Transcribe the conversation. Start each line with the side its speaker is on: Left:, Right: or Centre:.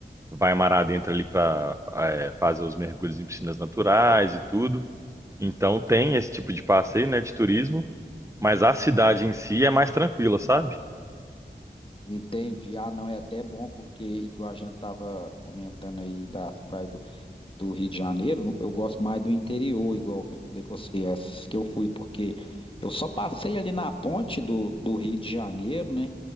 Right: vai mar adentro ali para fazer os mergulhos em piscinas naturais e tudo. Então tem esse tipo de passeio, né? De turismo, mas a cidade em si é mais tranquila, sabe?
Left: Entendi. Ah, não, é até bom porque igual a gente tava comentando aí das praias do Rio de Janeiro, eu gosto mais do interior, igual eu falei com você, essas que eu fui, porque eu só passei ali na ponte do, do Rio de Janeiro, né?